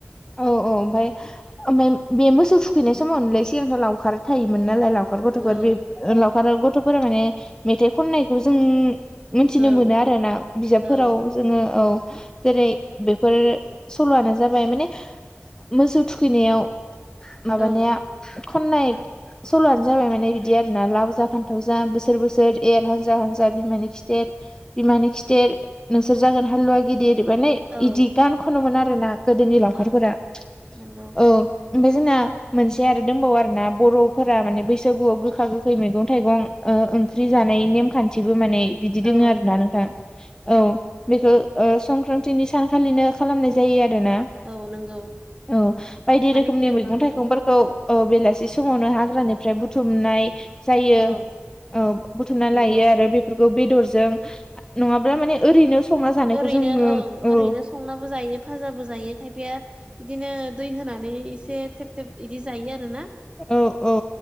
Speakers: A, on the left; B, on the right.
A: औ औ ओमफाय ओमफाय बे मोसौ थुखैनाय समावनोलै सिगांथ' लावखार थायोमोन नालाय लाव खार गथ'फोर
B: औ
A: बे लावखार गथ'फोरा माने मेथाइ खननायखौ जों मोनथिनो
B: ओं
A: मोनो आरो ना बिजाबफोराव
B: औ
A: जोङो औ जेरै बेफोर सल'आनो जाबाय माने मोसौ थुखैनायाव माबानाया
B: औ
A: खननाय सल'आनो जाबाय माने बिदि आरोना लाव जा फान्थाव जा बोसोर बोसोर एर हांजा हांजा बिमानि खिथेर बिमानि खिथेर नोंसोर जागोन हालुवा गिदिर माने
B: औ
A: इदि गान खनोमोन आरो ना गोदोनि लावखारफोरा
B: ओं नंगौ
A: औ ओमफ्राय जोंना मोनसे आरो दंबावो आरोना बर'फोरा माने बैसागुआव गोखा गोखै मैगं थाइगं ओ ओंख्रि जानाय नेम खान्थिबो माने बिदि दङ
B: औ
A: आरोना नोंथां औ बेखौ ओ संक्रान्तनि सान खालिनो खालामनाय जायो आरोना
B: औ नंगौ
A: औ बायदि
B: माने
A: रोखोमनि
B: इखो
A: मैगं
B: उम
A: थाइगंफोरखौ औ बेलासि समावनो हाग्रानिफ्राय बुथुमनाय जायो
B: औ
A: औ बुथुमना
B: नंगौ
A: लायो आरो बेफोरखौ बेदरजों नङाब्ला माने ओरैनो संना जानायखौ
B: ओरैनो
A: जोंनो
B: ओं
A: औ
B: ओरैनो संनाबो जायो फाजाबो जायो खायफाया बिदिनो दै होनानै एसे थेब थेब बिदि जायो आरो ना
A: औ औ